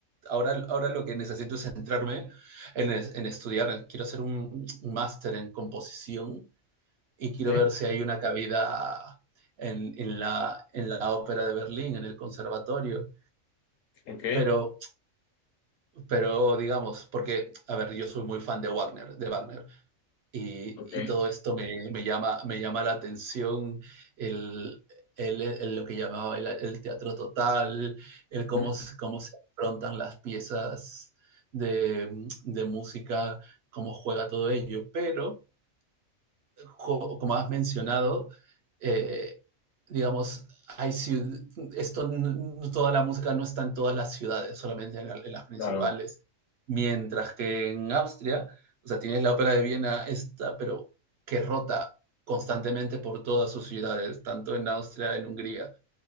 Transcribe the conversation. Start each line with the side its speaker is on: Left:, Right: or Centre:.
Right: ahora, ahora lo que necesito es centrarme en, es- en estudiar. Quiero hacer un, un máster en composición y quiero
Left: Sí,
Right: ver si hay una cabida en, en la, en la ópera de Berlín, en el conservatorio.
Left: ok,
Right: Pero, pero digamos, porque, a ver, yo soy muy fan de Wagner, de Wagner. Y,
Left: ok,
Right: y todo esto me, me llama, me llama la atención, el, el- el- lo que llamaba el, el teatro total, el cómo,
Left: ¿Mm?
Right: se- cómo se afrontan las piezas de, de música, cómo juega todo ello. Pero como has mencionado, eh, digamos, hay esto, toda la música no está en todas las ciudades, solamente en, la, en las principales.
Left: claro.
Right: Mientras que en Austria, o sea, tienes la ópera de Viena esta, pero que rota constantemente por todas sus ciudades, tanto en Austria, en Hungría.